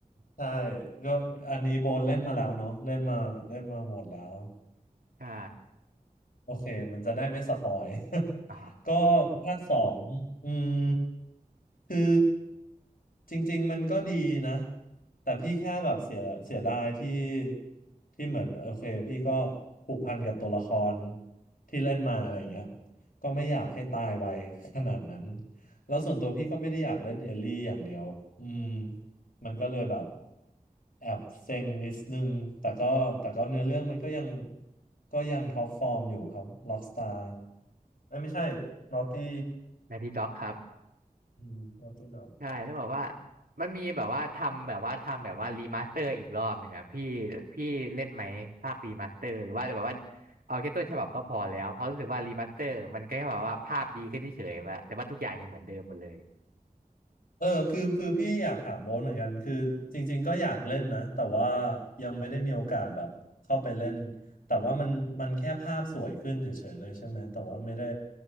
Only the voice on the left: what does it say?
ใช่ก็อันนี้โบนเล่นมาแล้วเนาะเล่นมาเล่นมาหมดแล้ว
โอเคมันจะได้ไม่สปอย <laughs>
ก็ภาคสองอืมคือจริงๆมันก็ดีนะแต่พี่แค่แบบเสียเสียดายที่ที่เหมือนโอเคพี่ก็ผูกพันกับตัวละครที่เล่นมาอะไรอย่างเงี้ยก็ไม่อยากให้ตายไวขนาดนั้นแล้วส่วนตัวพี่ก็ไม่ได้อยากเล่นเอลลี่อย่างเดียวอืม มันก็เลยแบบแอบเซ็งนิดนึงแต่ก็แต่ก็เนื้อเรื่องมันก็ยังก็ยังท็อปฟอร์มอยู่ครับล็อกสตาร์เอ้ยไม่ใช่นอตตี้
อืมนอตตี้นอ
เออคือคือพี่อยากถามโบ๊ทเหมือนกันคือจริงๆก็อยากเล่นนะแต่ว่ายังไม่ได้มีโอกาสแบบเข้าไปเล่นแต่ว่ามันมันแค่ภาพสวยขึ้นเฉยๆเลยใช่ไหมแต่ว่าไม่ได้